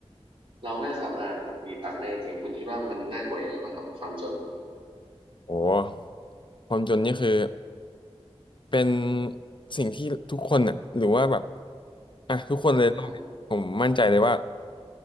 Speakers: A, on the right (about 55°); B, on the left (about 50°).
A: เราไม่สามารถแบบมีตังค์ได้จริงคุณคิดว่ามันน่ากลัวยังไงบ้างครับความจน
B: โอ้ความจนนี่คือ เป็นสิ่งที่ทุกคนน่ะหรือว่าแบบ อ่ะ ทุกคนเลยโลกเนี่ยผมมั่นใจเลยว่า
A: อืมอ